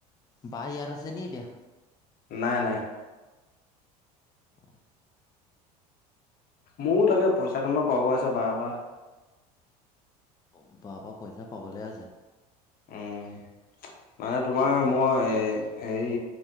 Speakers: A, on the left; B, on the left.
A: বা ইয়াত আছে নি এতিয়া।
B: নাই- নাই।
A: অহ।
B: মোৰ তাকে পইচাকেইটামান পাব আছে বাৰ পৰা।
A: অ' বাৰ পৰা পইচা পাবলে আছে।
B: উম মানে তোমাৰ
A: অ'
B: মই এ হেৰী